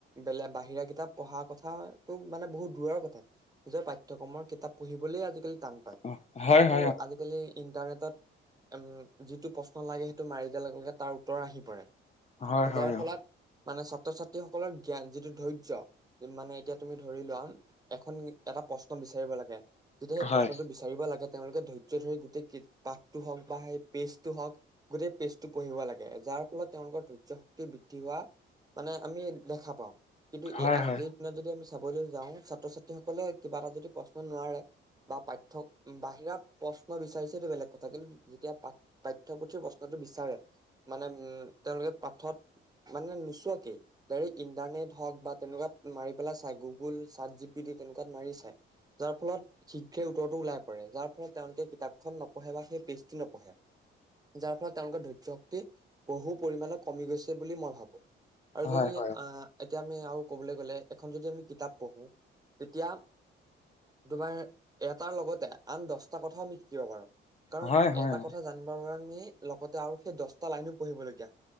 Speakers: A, on the right (about 20°); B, on the left (about 35°).
A: বেলে বাহিৰা কিতাপ পঢ়াৰ কথা মানে বহুত দূৰৰ কথা যে পাঠ্যক্ৰমৰ কিতাপ পঢ়িবলৈ আজিকালি টান।
B: অ হয়
A: যিহেতু
B: হয়
A: আজিকালি ইন্টাৰনেটত উম যিটো প্ৰশ্ন লাগে সেইটো মাৰি দিয়াৰ লগে লগে তাৰ উত্তৰ আহি পৰে।
B: অ হয় হয়
A: যাৰ ফলত
B: অ
A: মানে ছাত্ৰ ছাত্ৰীসকলৰ জ্ঞান যিটো ধৈৰ্য্য মানে এতিয়া তুমি ধৰি লোৱা এখন এটা প্ৰশ্ন বিচাৰিব লাগে যেতিয়া সেই
B: হয়
A: প্ৰশ্নটো কৰিব লাগে তেওঁলোকে ধৈৰ্য্য ধৰি গোটেই পাঠটো হওক বা সেই পেজটো হওক গোটেই পেজটো পঢ়িব লাগে যাৰ ফলত তেওঁলোকৰ ধৈৰ্য শক্তি বৃদ্ধি হোৱা মানে আমি দেখা পাওঁ কিন্তু
B: হয়
A: আজিৰ
B: হয়
A: দিনত যদি আমি চাবলৈ যাওঁ ছাত্ৰ ছাত্ৰী সকলে কিবা এটা যদি প্ৰশ্ন নোৱাৰে বা পাঠ্য বাহিৰা প্ৰশ্ন বিচাৰিছে এইটো বেলেগ কথা কিন্তু যেতিয়া পাঠ পাঠ্যপুথিৰ প্ৰশ্নটো বিচাৰে মানে উ তেওঁলোকে পাঠত মানে নোচোৱাকে ডাৰেক্ট ইন্টাৰনেট হওক বা তেনেকুৱা মাৰি পেলাই গুগল চাৰ্ট জি পি ডিত তেনেকুৱাত মাৰি চাই যাৰ ফলত শীঘ্ৰে উত্তৰটো ওলাই পৰে যাৰ ফলত তেওঁলোকে কিতাপখন নপঢ়ে বা সেই পেজটো নপঢ়ে। যাৰ ফলত তেওঁলোকৰ ধৈৰ্য শক্তি বহু পৰিমানত কমি গৈছে বুলি মই ভাবোঁ। আৰু
B: হয়
A: যদি
B: হয়
A: আহ এতিয়া আমি আৰু কবলৈ গ'লে এখন যদি আমি কিতাপ পঢ়ো তেতিয়া তোমাৰ এটাৰ লগতে আন দহটাৰ কথাও আমি শিকিব পাৰোঁ। কাৰণ
B: অ হয় হয়
A: এটা কথা জানিবৰ বাবে আমি লগতে আৰু সেই দহটা লাইনো পঢ়িবলগীয়া